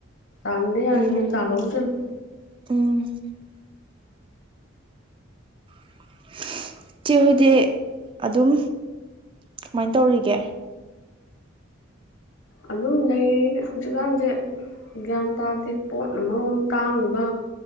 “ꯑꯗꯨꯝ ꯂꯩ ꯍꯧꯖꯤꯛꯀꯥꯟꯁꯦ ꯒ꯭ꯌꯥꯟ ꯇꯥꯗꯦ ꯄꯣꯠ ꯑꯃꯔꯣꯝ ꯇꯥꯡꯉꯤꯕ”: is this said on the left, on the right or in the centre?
Left